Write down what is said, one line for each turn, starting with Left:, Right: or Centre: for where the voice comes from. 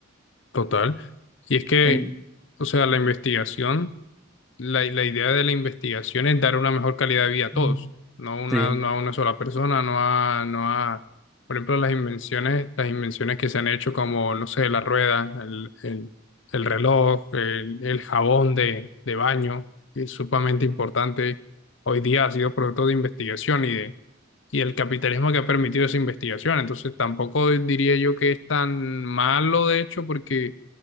Left: total. Y es que,
Centre: En-
Left: o sea, la investigación. la, la idea de la investigación es dar una mejor calidad de vida a
Centre: Mm.
Left: todos, no, una,
Centre: sí,
Left: no a una sola persona, no a, no a, por ejemplo, las invenciones, las invenciones que se han hecho como, no sé, la rueda, el, el, el reloj, el, el jabón de, de baño, que es sumamente importante. Hoy día ha sido producto de investigación y de, y el capitalismo que ha permitido esa investigación. Entonces, tampoco diría yo que es tan malo, de hecho, porque